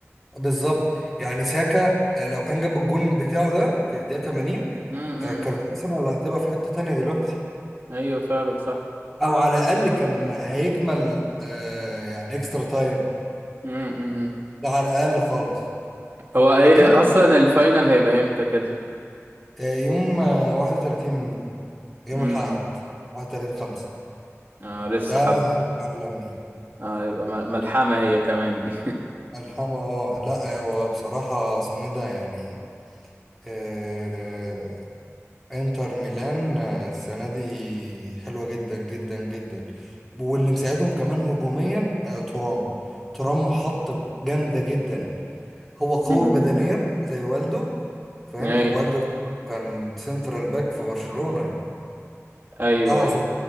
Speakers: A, in the centre; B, on the right.
A: بالظبط يعني ساكا آه، لو كان جاب الجون بتاعه ده في الدقيقة 80
B: امم امم،
A: آه، كانت
B: امم.
A: ارسنال هتبقى في حتة تانية دلوقتي
B: ايوه فعلا صح
A: او على الاقل كان هيكمل آه، يعني اكسترا تايم
B: امم امم، امم.
A: ده على الاقل خالص
B: هو ايه
A: لكن
B: إيه
A: انت
B: اصلا الفاينل هيبقى امتى كده
A: آه، يوم آه، 31 يوم
B: امم
A: الاحد 31 5
B: اه لسه
A: ده
B: حبة
A: هيبقى عالمي
B: اه يبقى مل- ملحمة هي كمان دي <laughs>
A: الحما اه لا هو بصراحة اسمه ايه ده يعني آه، انتر ميلان آه، السنة دي حلوة جدا جدا جدا واللي مساعدهم كمان هجوميا آه، ترام ترام محطة جامدة جدا هو قوي
B: امم امم،
A: بدنيا زي والده فاهم
B: امم. ايوه
A: والده كان سنترال باك في برشلونة يعني.
B: ايوه
A: اعظم
B: ايوه